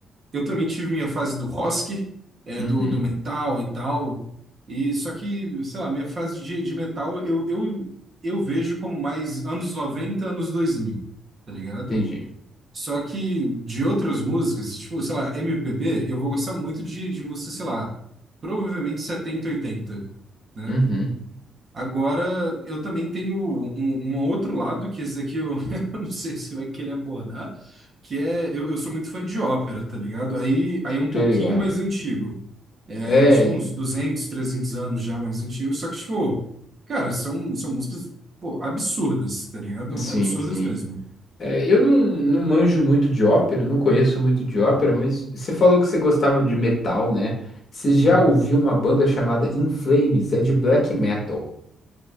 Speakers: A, on the right; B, on the left.
A: eu também tive minha fase do rock, é,
B: Uhum,
A: do, do metal e tal. E só que, sei lá, minha fase de, de metal eu, eu, eu vejo como mais anos 90 anos 2000 tá ligado?
B: entendi.
A: Só que de outras músicas, tipo, sei lá, MPB, eu vou gostar muito de, de música, sei lá, provavelmente 70 80, né?
B: Uhum,
A: Agora, eu também tenho um, um outro lado, que esse aqui eu, <laughs> eu não sei se você vai querer abordar, que é, eu, eu sou muito fã de ópera, tá ligado? Aí, aí é um pouquinho
B: tô ligado.
A: mais antigo. É,
B: É,
A: aí é tipo uns 200 300 anos já mais antigo, só que tipo, cara, são, são músicas, pô, absurdas, tá ligado?
B: sim,
A: Absurdas
B: sim.
A: mesmo.
B: É, eu não, não manjo muito de ópera, não conheço muito de ópera, mas você falou que você gostava de metal, né? Você
A: Uhum.
B: já ouviu uma banda chamada In Flames? É de black metal.